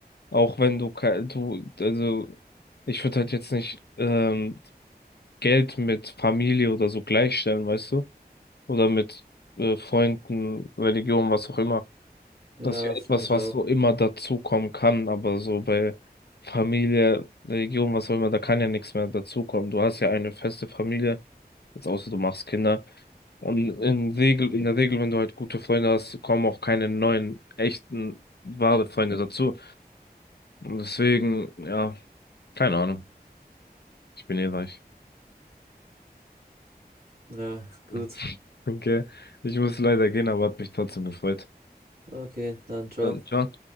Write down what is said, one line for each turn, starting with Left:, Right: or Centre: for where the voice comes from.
Left: auch wenn du, kei- du, also ich würde halt jetzt nicht ähm, Geld mit Familie oder so gleichstellen, weißt du? Oder mit äh, Freunden, Religion, was auch immer.
Right: Ja,
Left: Das ist ja
Right: finde
Left: etwas,
Right: ich
Left: was
Right: auch.
Left: so immer dazukommen kann, aber so bei Familie, Religion, was auch immer, da kann ja nichts mehr dazukommen. Du hast ja eine feste Familie, jetzt außer du machst Kinder. Und in Regel, in der Regel, wenn du halt gute Freunde hast, kommen auch keine neuen, echten, wahre Freunde dazu. Und deswegen, ja, keine Ahnung. Ich bin eh reich.
Right: Ja, gut.
Left: <laughs> Okay, ich muss leider gehen, aber hat mich trotzdem gefreut.
Right: Okay, dann ciao.
Left: Dann, ciao.